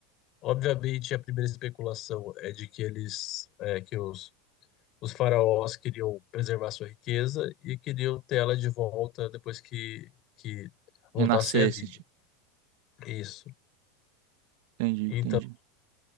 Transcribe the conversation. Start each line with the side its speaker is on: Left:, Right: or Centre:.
Left: Obviamente, a primeira especulação é de que eles, é, que os, os faraós queriam preservar sua riqueza e queriam ter ela de volta depois que, que voltassem
Right: Renascesse.
Left: à vida. Isso.
Right: Entendi,
Left: Então,
Right: entendi.